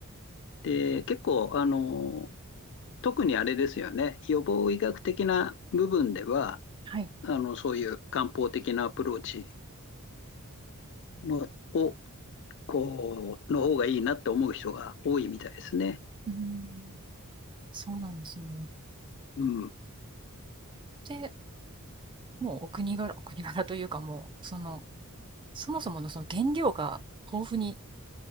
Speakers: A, on the left (about 55°); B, on the right (about 20°).
A: で、結構、あの、特にあれですよね、予防医学的な部分では、
B: はい、
A: あの、そういう漢方的なアプローチの、を、こう、の方がいいなって思う人が多いみたいですね。
B: うん、そうなんですね。
A: うん。
B: で、もうお国柄、お国柄というか、もう、その、そもそものその原料が豊富に